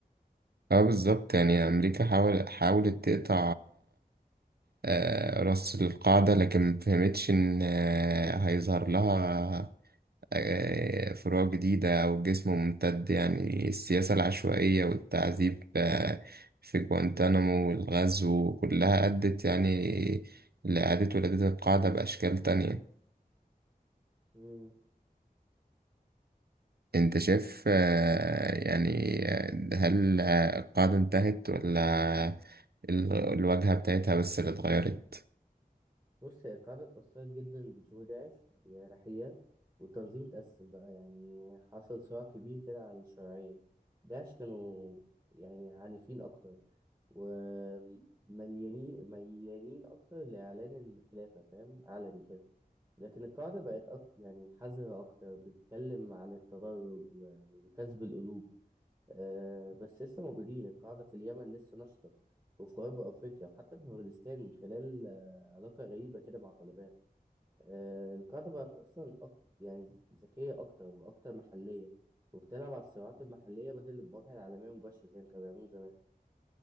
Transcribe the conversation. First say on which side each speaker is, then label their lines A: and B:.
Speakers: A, on the right; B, on the right.
A: اه بالظبط يعني أمريكا حاول حاولت تقطع آه، راس القاعدة لكن مفهمتش إن آه، هيظهر لها آه، فروع جديدة أو جسم ممتد يعني السياسة العشوائية والتعذيب آه، في جوانتانامو والغزو كلها أدت يعني لإعادة ولادة القاعدة بأشكال تانية
B: امم
A: أنت شايف آه، يعني آه، هل آه، القاعدة انتهت ولا ال- الواجهة بتاعتها بس اللي اتغيرت
B: بص هي القاعدة اتأثرت جدا بظهور داعش بجراحية والتنظيم اتقسم بقى يعني حصل صراع كبير كده على الشرعية داعش كانوا يعني عنيفين أكتر ومليانين ميلانين أكتر لإعلان الخلافة فاهم علني كده لكن القاعدة بقت أك... يعني حذرة أكتر بتتكلم عن التدرج و... وكسب القلوب آه، بس لسه موجودين القاعدة في اليمن لسه نشطة وفي غرب أفريقيا وحتى في أفغانستان من خلال آه، علاقة غريبة كده مع طالبان آه، القاعدة بقت أصلا أك... يعني ذكية أكتر وأكتر محلية وبتلعب على الصراعات المحلية بدل المواجهة العالمية مباشرة زي ما كانوا بيعملوا زمان